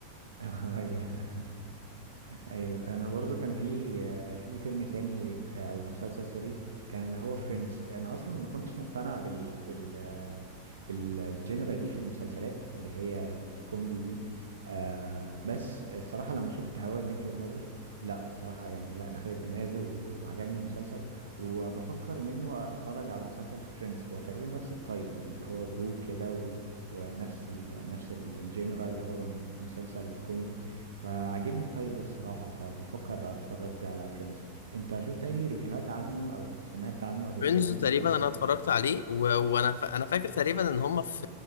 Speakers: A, on the right; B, on the left.
A: <laughs> ايوه ايوه انا برضو كان في في فيلم تاني او مسلسل سوري كان اللي هو فريندز انا اصلا ما كنتش مقتنع بال بال بالجنرا دي في المسلسلات اللي هي الكوميدي دي آه بس الصراحه لما شفت هواي ميت يور ماذر لا الصراحه يعني لا دخلت دماغي و- وعجبني المسلسل وبفكر منه اتفرج على مسلسل فريندز هو تقريبا نفس التايب يعني اللي هو جروب كده و- ونفس ال نفس الجنرا اللي هو مسلسل كوميدي فعجبني الطيب ده الصراحة فبفكر اتفرج على فريندز انت شفت اي ريفيوهات عنه او سمعت عنه قبل
B: فريندز
A: كده مسلسل
B: تقريبا
A: فريندز
B: انا اتفرجت عليه و... وانا ف... انا فاكر تقريبا ان هم في...